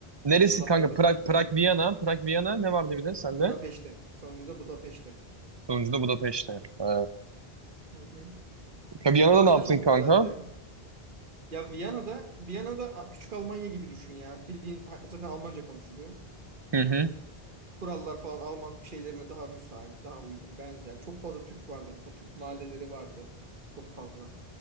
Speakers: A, on the right; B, on the right.
A: Neresi
B: Klaplar
A: kanka?
B: da çok
A: Prag,
B: güzeldi.
A: Prag, Viyana. Prag, Viyana ne vardı bir de sende?
B: Budapeşte. Sonuncu da Budapeşte.
A: Sonucunda Budapeşte. Ee,
B: Hı hı.
A: Viyana'da
B: Orası
A: ne yaptın
B: da çok
A: kanka?
B: güzeldi. Ya Viyana'da, Viyana'da a- küçük Almanya gibi düşün ya. Bildiğin ha- zaten Almanca konuşuluyor.
A: Hı
B: Hani
A: hı.
B: kurallar falan Alman şeylerine daha müsait, daha uygun, benzer. Çok fazla Türk vardı mesela. Türk mahalleleri vardı. Çok fazla.